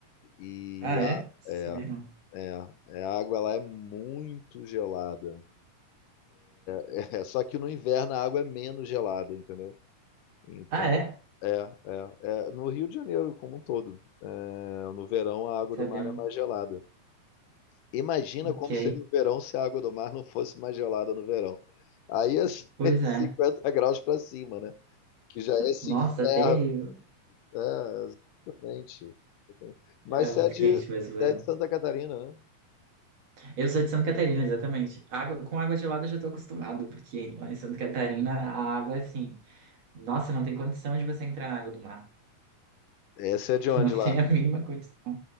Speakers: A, on the left; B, on the right.
A: E
B: Ah,
A: a,
B: é? Sabia
A: é,
B: não.
A: é, é, a água lá é muito gelada. É, <laughs> só que no inverno a água é menos gelada, entendeu? Então
B: Ah, é?
A: É, é, é. No Rio de Janeiro, como um todo. É, no verão, a água
B: Sabia
A: do mar
B: não.
A: é mais gelada. Imagina
B: Ok.
A: como seria o verão se a água do mar não fosse mais gelada no verão. Aí é <laughs>
B: Pois
A: 50
B: é.
A: graus para cima, né? Que já é esse
B: Nossa,
A: inferno.
B: terrível.
A: É, exatamente. Mas
B: É
A: você
B: muito
A: é de,
B: quente
A: você
B: mesmo o verão.
A: é de Santa Catarina, né?
B: Eu sou de Santa Catarina, exatamente. Água, com água gelada eu já tô acostumado, porque lá em Santa Catarina a água é assim. Nossa, não tem condição de você entrar na água do mar.
A: É, você é
B: <laughs>
A: de onde
B: Não
A: lá?
B: tem a mínima condição.